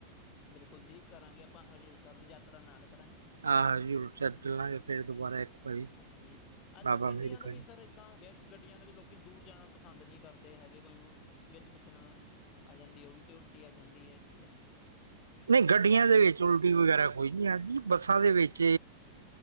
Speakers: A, on the left; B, on the right.
A: ਬਿਲਕੁਲ ਜੀ ਕਰਾਂਗੇ ਆਪਾਂ ਹਜ਼ੂਰ ਸਾਹਿਬ ਦੀ ਯਾਤਰਾ ਨਾਲ ਕਰਾਂਗੇ।
B: ਆਹੋ ਜੀ ਹਜੂਰ ਸਾਹਿਬ ਚੱਲਾਂਗੇ ਫੇਰ ਦੁਬਾਰਾ ਇੱਕ ਵਾਰੀ
A: ਹਾਂਜੀ, ਅੱਜ-
B: ਬਾਬਾ
A: ਕੱਲ ਗੱਡੀਆਂ
B: ਮੇਹਰ
A: ਦਾ
B: ਕਰਨ
A: ਵੀ ਸਰ ਐਦਾਂ ਹੋ ਗਿਆ ਗੱਡੀਆਂ ਦੇ ਵੀ ਲੋਕੀ ਦੂਰ ਜਾਣਾ ਪਸੰਦ ਨਹੀਂ ਕਰਦੇ ਹੈਗੇ, ਕੋਈ ਵਿੱਚ ਕਿਸੇ ਨਾ ਆ ਜਾਂਦੀ, ਉਲਟੀ -ਉਲਟੀ ਆ ਜਾਂਦੀ ਹੈਗੀ ਏ।
B: ਨਹੀਂ ਗੱਡੀਆਂ ਦੇ ਵਿੱਚ ਉਲਟੀ ਵਗੈਰਾ ਕੋਈ ਨਹੀਂ ਆਂਦੀ ਬੱਸਾਂ ਦੇ ਵਿੱਚ